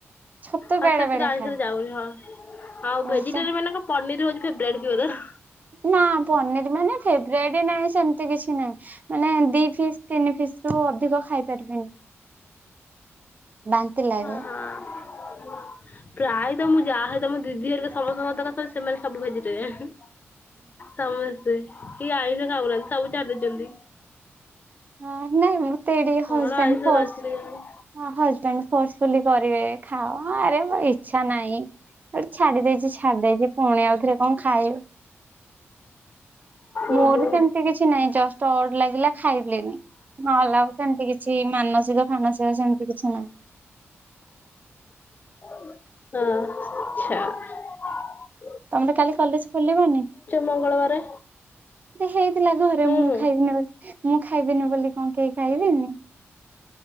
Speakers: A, on the right; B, on the left.
A: ଛତୁ
B: ହଁ
A: ବେଳେ
B: ଛତୁଟା
A: ବେଳେ
B: ଆଁଇଷରେ
A: ଖାଏ
B: ଯାଉନି ହଁ, ଆଉ ଭେଜିଟେରିଏନ
A: ଏଇଟା
B: ମାନଙ୍କ ପନିର ପନିର <unintelligible>
A: ନା, ପନିର ମାନେ ଫେବ୍ରେଟ ନାହିଁ, ସେମିତି କିଛି ନାହିଁ। ମାନେ ଦି ଫିସ୍ ତିନି ଫିସ ରୁ ଅଧିକ ଖାଇ ପାରିବିନି। ବାନ୍ତି ଲାଗେ।
B: ହଁ ହଁ ପ୍ରାୟତଃ, ମୁଁ ଯାହା ହୁଏତ ମୋ ଦିଦି ହେରିକା ସମସ୍ତଙ୍କ କ ସେମାନେ ସବୁ ଭେଜିଟେରିଆନ। ସମସ୍ତେ, କି ଆଇଁ ସବୁଗୁଡ଼ା ସବୁ ଛାଡି ଦେଇଛନ୍ତି
A: ହଁ ନାଇଁ ଏମିତି ଟିକେ
B: କଣ
A: ହଜବଣ୍ଡ
B: ଆଇଁଷରେ
A: ଫୋର୍ସ
B: ଅଛି କେଜାଣି
A: ହଁ ହଜବଣ୍ଡ ଫୋର୍ସ କୁଲି କରିବେ ଖାଅ ଆରେ ମ ଇଚ୍ଛା ନାହିଁ ଛାଡି ଦେଇଛି ଛାଡି ଦେଇଛି ପୁଣି ଆଉଥରେ କଣ ଖାଇବ
B: ଓହୋ।
A: ମୋର ସେମତି କିଛି ନାହିଁ ଜଷ୍ଟ ଅଡ ଲାଗିଲା ଖାଇ <unintelligible> ସେମିତି କିଛି ମାନସିର ଫାନସିର ସେମତି କିଛି ନାହିଁ।
B: ହଁ, ଅଚ୍ଛା।
A: ତମର କାଲି କଲେଜ ଖୋଲିବନି?
B: ମଙ୍ଗଳବାରେ
A: ହେଇଥିଲା ଘରେ
B: ହୁଁ
A: ମୁଁ
B: ହୁଁ।
A: ଖାଇବିନି ବୋଲି ମୁଁ ଖାଇବିନ ବୋଲି କଣ କେହି ଖାଇବେନି।